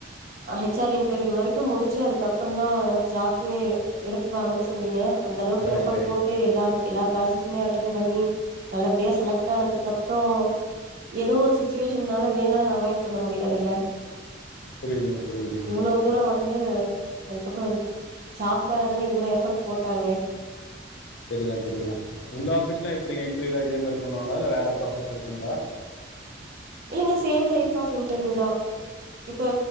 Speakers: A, on the right; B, on the left.
A: ஹெச் ஆர் இன்டர்வியூ வரை முடுச்சு அதுக்கப்புறந் தா ஜாப்க்கே எடுத்துப்பாங்கன்னு சொன்னீங்க அந்தளவுக்கு
B: கரெக்டு
A: எஃபக்ட் போட்டு எல்லாம் எல்லா ப்ராசஸுமே அட்டென் பண்ணி நல்லபடியா செலக்ட் ஆனதுக்கு அப்புறோ எதோ ஒரு சுச்சுவேஷன்னால வேணான்னு அவாய்ட் பண்ண முடியாதுல்ல
B: புரியிதுங்க புரியிதுங்க
A: இவ்ளோ தூரோ வந்து அதுக்கப்றோ ஜாபுக்காக தானே இவ்ளோ எஃபர்ட் போட்டாங்ளே
B: சரி தா சரி தா உங்க ஆஃபீஸலா எப்டி இன்ட்ரியூல்லா இதே மாரி பண்ணுவாங்ளா இல்ல வேற ப்ராசஸ் இருக்குங்ளா
A: இல்லங்க சேம் டைப் ஆஃப் இன்டர்வியூ தா இப்ப